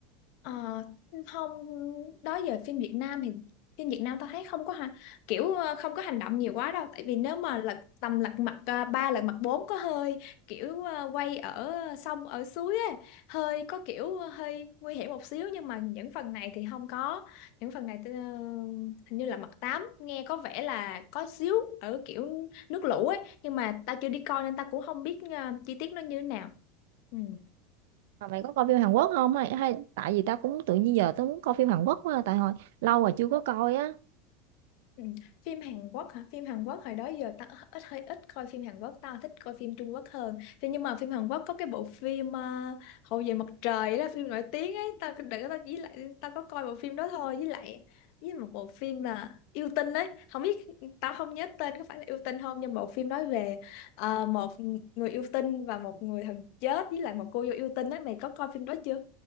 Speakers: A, on the left (about 50°); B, on the right (about 70°).
A: Ờ, không đó giờ phim Việt Nam thì phim Việt Nam tao thấy không có ha kiểu ờ, không có hành động nhiều quá đâu tại vì nếu mà lật tầm lật mặt ờ, ba lật mặt bốn có hơi kiểu ờ, quay ở sông ở suối ấy hơi có kiểu ờ, hơi nguy hiểm một xíu nhưng mà những phần này thì không có những phần này tao- hình như là mặt tám nghe có vẻ là có xíu ở kiểu nước lũ ấy nhưng mà tao chưa đi coi nên tao cũng không biết ờ, chi tiết nó như thế nào ừ.
B: mà mày có coi phim Hàn Quốc không hay, hay tại vì tao cũng tự nhiên giờ tao muốn coi phim Hàn Quốc quá à, tại hồi lâu rồi chưa có coi á
A: Ừ. Phim Hàn Quốc hả? Phim Hàn Quốc hồi đó giờ ta ít hơi ít coi phim Hàn Quốc ta thích coi phim Trung Quốc hơn. Thế nhưng mà phim Hàn Quốc có cái bộ phim ờ, Hậu về mặt trời đó phim nổi tiếng ấy ta đừng ta chỉ lại ta có coi bộ phim đó thôi với lại với một bộ phim là yêu tinh ấy không biết tao không nhớ tên có phải là yêu tinh không nhưng bộ phim nói về ờ, một người yêu tinh và một người thần chết với lại một cô dâu yêu tinh ấy mày có coi phim đó chưa?